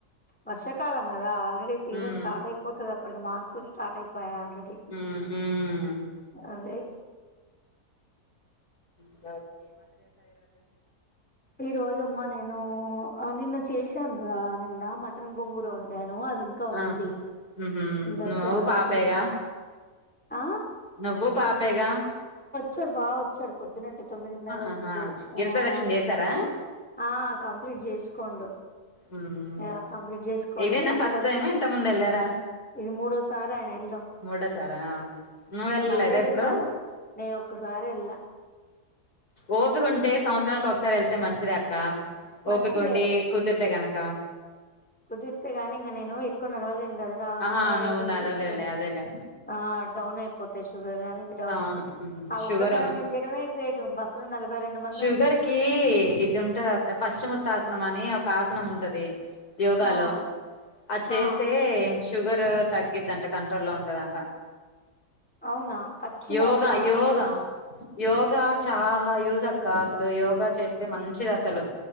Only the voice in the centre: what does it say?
వర్షాకాలం కదా ఆల్రెడీ సీజన్
స్టార్ట్ అయిపోతుంది అప్పటికి మాన్సూన్ స్టార్ట్ అయిపోంది పో ఆల్రెడీ
అది
ఈ రోజమ్మా నేను ఆ నిన్న చేసాన్రా నిన్న మటన్ గంగూర ఉండే అది ఇంకా
ఉంది
ఇంకా
చెల్లి వాళ్ళకిి
ఆ
చర్బావ చడు పొద్దునట్టటు తొమ్మిదిన్నర అయింది
ఆ
ఆ కంప్లీట్ చేసుకోండు
ఇలా కంప్లీట్ చేసుకొని
తిరుపతి
ఇది మూడోసారి ఆయన వెళ్డం
మళ్ళీ వెళ్తాడు
నేను ఒక్కసారి వెళ్ళ
మంచిదే
కుదిర్తేగానీ ఇ నేను ఎక్కువ నలవల్లే గదరా
థైరాయిడ్
ఉంది
షుగర్
ఆ డౌన్ అయిపోతాయి షుగర్ గాని డౌన్
అయిపోతాయి ఆ
ఒక్కసారి మేము చేయడమే గ్రే బస్సలో నలభై రెండు మంది
ఉంటే
ఆ
ఆ
అవునా పచ్చి
మోత్త అవసరమా